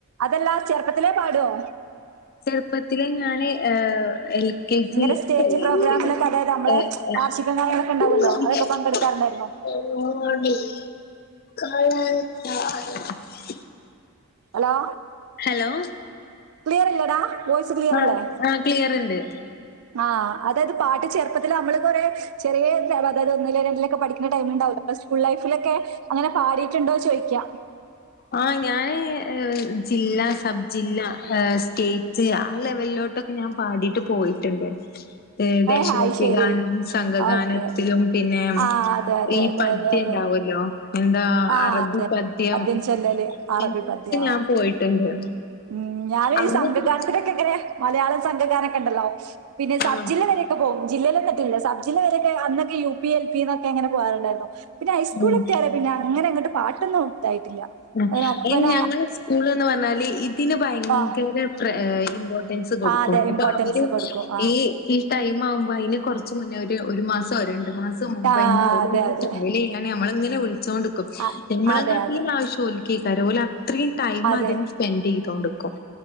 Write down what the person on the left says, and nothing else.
ചെറുപ്പത്തില് ഞാന് ഏ എൽ കെ ജി.
<unintelligible>
<unintelligible>
ഹലോ
ആഹ്
ആഹ് ക്ലിയറ്ണ്ട്.
ആ ഞാന് ജില്ല സബ് ജില്ല എ സ്റ്റേറ്റ് ആ ലെവലിലോട്ട് ഒക്കെ ഞാൻ പാടീട്ട് പോയിട്ടുണ്ട്. ഏ ദേശഭക്തി
ഗാനം സംഘഗാനത്തിലും
പിന്നെ
ഈ
പദ്യം
ഉണ്ടാവല്ലോ. എന്താ
അറബി
പദ്യം
അങ്ങൻത്തീലൊക്കെ
ഞാൻ
പോയിട്ടുണ്ട്.
അവിടന്നൊക്കെ
ആഹ്
ഉം
ഉം
അയിന് ഞങ്ങളെ സ്കൂള് ന്ന് പറഞ്ഞാല് ഇ ത്തിന് ഭയങ്കര
പ്ര ഏ ഇമ്പോർട്ടൻസ് കൊടുക്കും
അപ്പൊ
അവര്
ഈ ഈ ടൈം ആവുമ്പോ അയിന് കൊറച്ച് മുന്നേ ഒരു ഒരു മാസോ രണ്ടു മാസോ മുമ്പന്നെ
ഓല്
ഇങ്ങളെ
ട്രയല് ചെയ്യ അനെ ഞമ്മളെ ഇങ്ങനെ വിളിച്ചോണ്ട്ക്കും
ഞമ്മളെ
കാട്ടി
ആവശ്യം ഓൽക്കെക്കാരം ഓല് അത്രീം ടൈമതിന്
സ്പെന്റീതോണ്ട്ക്കും